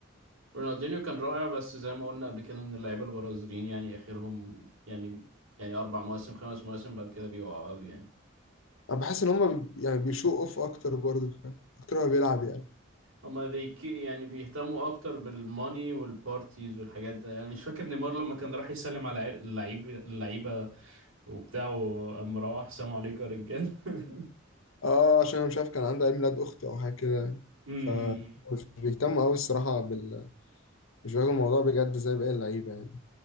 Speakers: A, on the right (about 80°); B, on the left (about 75°).
A: رونالدينيو كان رائع بس زي ما قلنا قبل كده ان اللعيبه البرازيليين يعني اخرهم يعني يعني اربع مواسم خمس مواسم بعد كده بيقعوا قوي يعني
B: أنا بحس إن هما بي- يعني بيشو أوف أكتر برضو فاهم؟ أكتر ما بيلعب يعني
A: هما ذي كي- يعني بيهتموا اكتر بالماني والبارتيز والحاجات ده يعني مش فاكر نيمار لما كان راح يسلم على عي- اللعيب اللعيبه وبتاعه قام مروح سلام عليكم يا رجال <laughs>
B: أه عشان أنا مش عارف كان عنده عيد ميلاد أخته أو حاجة كده
A: مم.
B: ف مش بيهتموا أوي الصراحة بال مش بياخدوا الموضوع بجد زي باقي اللعيبة يعني